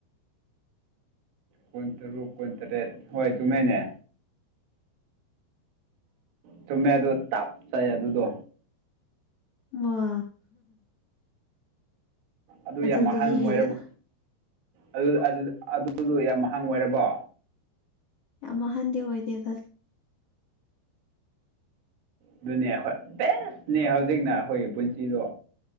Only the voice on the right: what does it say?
ꯀꯨꯟ ꯇꯔꯨꯛ ꯀꯨꯟꯇꯔꯦꯠ ꯍꯣꯏ ꯆꯨꯝꯃꯦꯅꯦ ꯆꯨꯝꯃꯦ ꯑꯗꯣ ꯆꯞꯆꯥꯌꯦ ꯑꯗꯨꯗꯣ
ꯑꯗꯨ
ꯌꯥꯝ ꯑꯍꯪ ꯑꯣꯏꯔꯕ
ꯑꯗꯨꯗ ꯑꯗꯨ ꯑꯗꯨꯗꯣ ꯌꯥꯝ ꯑꯍꯪ ꯑꯣꯏꯔꯕꯣ
ꯑꯗꯨꯅꯦ ꯍꯣꯏ ꯕꯦꯁꯅꯦ ꯍꯧꯖꯤꯛꯅ ꯑꯍꯣꯏꯒꯤ ꯄꯨꯟꯁꯤꯗꯣ